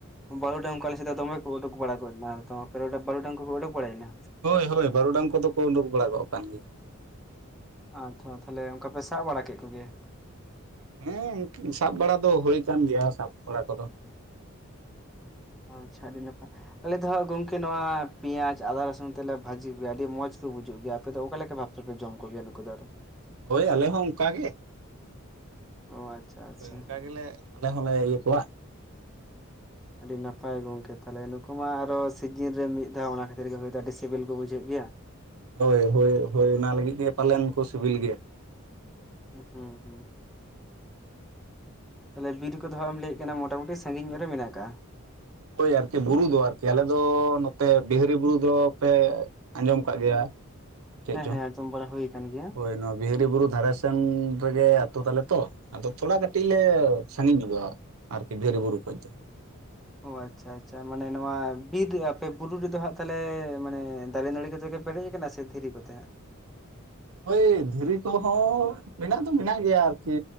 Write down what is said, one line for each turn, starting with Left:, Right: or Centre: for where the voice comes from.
Centre: ᱵᱟᱹᱨᱩᱰᱟᱝ ᱠᱚ ᱟᱞᱮ ᱥᱮᱫ ᱫᱚ ᱫᱚᱢᱮ ᱠᱚ ᱩᱰᱩᱠ ᱵᱟᱲᱟ ᱜᱚᱫᱱᱟ ᱛᱚ ᱟᱯᱮ ᱚᱸᱰᱮ ᱵᱟᱹᱨᱩᱰᱟᱝ ᱠᱚᱠᱚ ᱩᱰᱩᱠ ᱵᱟᱲᱟᱭᱮᱱᱟ
Right: ᱦᱳᱭ ᱦᱳᱭ ᱵᱟᱹᱨᱩᱰᱟᱝ ᱠᱚᱫᱚ ᱠᱚ ᱩᱰᱩᱠ ᱵᱟᱲᱟᱜᱚᱫ ᱠᱟᱱ ᱜᱮᱭᱟ
Centre: ᱟᱪᱪᱷᱟ ᱛᱟᱦᱞᱮ ᱚᱝᱠᱟᱯᱮ ᱥᱟᱵ ᱵᱟᱲᱟ ᱠᱮᱫ ᱠᱚᱜᱮᱭᱟ
Right: ᱦᱮᱸ ᱥᱟᱵ ᱵᱟᱲᱟ ᱫᱚ ᱦᱩᱭ ᱠᱟᱱ ᱜᱮᱭᱟ ᱥᱟᱵ ᱵᱟᱲᱟ ᱠᱚᱫᱚ
Centre: ᱚ ᱟᱪᱪᱷᱟ ᱟᱹᱰᱤ ᱱᱟᱯᱟᱭ ᱟᱞᱮ ᱫᱚ ᱦᱟᱸᱜ ᱜᱚᱝᱠᱮ ᱱᱚᱣᱟ ᱯᱮᱸᱭᱟᱡ ᱟᱫᱟ ᱨᱟᱹᱥᱩᱱ ᱛᱮᱞᱮ ᱵᱷᱟᱹᱡᱤ ᱠᱚ ᱜᱮᱭᱟ ᱟᱹᱰᱤ ᱢᱚᱡᱽ ᱠᱚ ᱵᱩᱡᱩᱜ ᱜᱮᱭᱟ ᱟᱯᱮᱫᱚ ᱚᱠᱟ ᱞᱮᱠᱟ ᱵᱷᱟᱯ ᱛᱮᱯᱮ ᱡᱚᱝ ᱠᱚᱜᱮᱭᱟ ᱱᱩᱠᱩ ᱫᱚ ᱟᱨᱦᱚᱸ
Right: ᱦᱳᱭ ᱟᱞᱮ ᱦᱚᱸ ᱚᱝᱠᱟ ᱜᱮ᱾
Centre: ᱚ ᱟᱪᱪᱷᱟ ᱟᱪᱪᱷᱟ
Right: ᱦᱳᱭ ᱚᱝᱠᱟ ᱜᱮᱞᱮ ᱟᱞᱮ ᱦᱚᱸᱞᱮ ᱤᱭᱟᱹ ᱠᱚᱣᱟ
Centre: <unintelligible> ᱟᱹᱰᱤ ᱱᱟᱯᱟᱭ ᱜᱚᱝᱠᱮ ᱛᱟᱦᱚᱞᱮ ᱱᱩᱠᱩ ᱢᱟ ᱟᱨᱚ ᱥᱤᱡᱤᱱ ᱨᱮ ᱢᱤᱫ ᱫᱷᱟᱣ ᱚᱱᱟ ᱠᱷᱟᱹᱛᱤᱨ ᱜᱮ ᱦᱚᱭᱛᱳ ᱟᱹᱰᱤ ᱥᱤᱵᱤᱞ ᱠᱚ ᱵᱩᱡᱷᱟᱹᱜ ᱜᱮᱭᱟ
Right: ᱦᱳᱭ ᱦᱳᱭ ᱦᱳᱭ ᱚᱱᱟ ᱞᱟᱹᱜᱤᱫ ᱜᱮ ᱯᱟᱞᱮᱱ ᱠᱚ ᱥᱤᱵᱤᱞ ᱜᱮᱭᱟ
Centre: ᱦᱩᱸ ᱦᱩᱸ ᱛᱟᱦᱚᱞᱮ ᱵᱤᱨ ᱠᱚᱫᱚ ᱦᱟᱸᱜ ᱮᱢ ᱞᱟᱹᱭᱮᱫ ᱠᱟᱱᱟ ᱢᱚᱴᱟᱢᱩᱴᱤ ᱥᱟᱸᱜᱤᱧ ᱧᱚᱜ ᱨᱮ ᱢᱮᱱᱟᱜ ᱠᱟᱜ-ᱟ
Right: ᱦᱳᱭ ᱟᱨᱠᱤ ᱵᱩᱨᱩ ᱫᱚ ᱟᱨᱠᱤ ᱟᱞᱮ ᱫᱚ ᱱᱚᱛᱮ ᱵᱤᱦᱟᱹᱨᱤ ᱵᱩᱨᱩ ᱫᱚᱯᱮ ᱟᱸᱡᱚᱢ ᱟᱠᱟᱜ ᱜᱮᱭᱟ ᱪᱮᱫ
Centre: ᱦᱮᱸ
Right: ᱪᱚᱝ
Centre: ᱦᱮᱸ ᱟᱸᱡᱚᱢ ᱵᱟᱲᱟ ᱦᱩᱭ ᱟᱠᱟᱱ ᱜᱮᱭᱟ
Right: ᱦᱳᱭ ᱱᱚᱣᱟ ᱵᱤᱦᱟᱹᱨᱤ ᱵᱩᱨᱩ ᱫᱷᱟᱨᱮ ᱥᱮᱱ ᱨᱮᱜᱮ ᱟᱛᱩ ᱛᱟᱞᱮ ᱛᱳ ᱟᱫᱚ ᱛᱷᱚᱲᱟ ᱠᱟᱹᱴᱤᱡ ᱞᱮ ᱥᱟᱸᱜᱤᱧ ᱧᱚᱜᱚᱜ-ᱟ ᱟᱨᱠᱤ ᱵᱤᱦᱟᱹᱨᱤ ᱵᱩᱨᱩ ᱠᱷᱚᱡ ᱫᱚ
Centre: ᱚ ᱟᱪᱪᱷᱟ ᱟᱪᱪᱷᱟ ᱢᱟᱱᱮ ᱱᱚᱣᱟ ᱵᱤᱨ ᱟᱯᱮ ᱵᱩᱨᱩ ᱨᱮᱫᱚ ᱦᱟᱸᱜ ᱛᱟᱦᱚᱞᱮ ᱢᱟᱱᱮ ᱫᱟᱨᱮ ᱱᱟᱹᱲᱤ ᱠᱚᱛᱮ ᱜᱮᱼᱼ ᱯᱮᱨᱮᱡ ᱟᱠᱟᱱᱟ ᱥᱮ ᱫᱷᱤᱨᱤ ᱠᱚᱛᱮ ᱦᱟᱸᱜ
Right: ᱦᱳᱭ ᱫᱷᱤᱨᱤ ᱠᱚᱦᱚᱸ ᱢᱮᱱᱟᱜ ᱫᱚ ᱢᱮᱱᱟᱜ ᱜᱮᱭᱟ ᱟᱨᱠᱤ